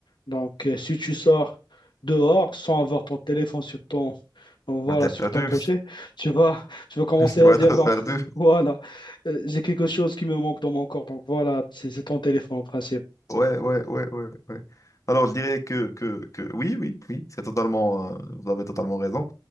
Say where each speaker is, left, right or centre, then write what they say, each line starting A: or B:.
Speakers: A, on the left; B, on the left.
A: Donc, euh, si tu sors dehors sans avoir ton téléphone sur ton, donc voilà,
B: On va être
A: sur
B: à
A: ton
B: deux.
A: pochet, tu vas, tu vas commencer
B: <laughs> Tu vas
A: à dire,
B: être
A: donc,
B: par
A: <laughs>
B: deux.
A: voilà, euh, j'ai quelque chose qui me manque dans mon corps. Donc, voilà, c'est c'est ton téléphone en principe.
B: Ouais, ouais, ouais, ouais, ouais. Alors, je dirais que, que, que oui, oui, oui, c'est totalement, euh, vous avez totalement raison.